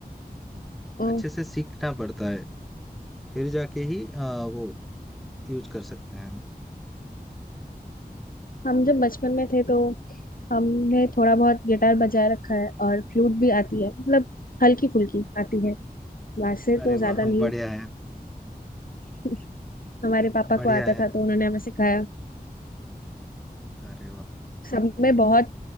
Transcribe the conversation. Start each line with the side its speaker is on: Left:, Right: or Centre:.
Left: ओ,
Centre: अच्छे से सीखना पड़ता है। फिर जाके ही आ, वो यूज कर सकते हैं हम।
Left: हम जब बचपन में थे तो हमने थोड़ा बहुत गिटार बजा रखा है और फ्लूट भी आती है मतलब हल्की फुल्की आती है वैसे
Centre: अरे
Left: तो ज्यादा
Centre: वाह हम
Left: नहीं
Centre: बढ़िया है
Left: <laughs> हमारे पापा
Centre: बढ़िया
Left: को आता
Centre: है
Left: था तो उन्होंने हमें सिखाया
Centre: अरे वाह
Left: सब में बहुत